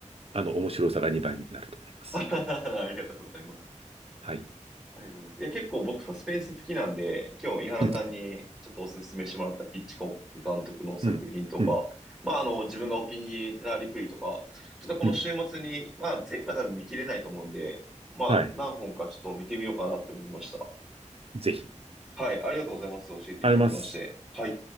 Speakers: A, on the right; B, in the centre.
A: あの、面白さが2倍になると思います。
B: <laughs> ありがとうございます。
A: はい。
B: ありがとうございます。いや、結構僕サスペンス好きなんで、今日井原さんにちょっとお勧めしてもらったヒッチコック監督の作品とか、
A: うん、うん、うん、
B: まあ、あの、自分がお気に入りてたリプリーとか、ちょっとこの週末に、
A: うん。
B: まあ、全部は多分見切れないと思うんで、まあ、
A: はい。
B: 何本かちょっと見てみようかなって思いました。
A: ぜひ。
B: はい、ありがとうございます。教えていただきまして。
A: あります。
B: はい。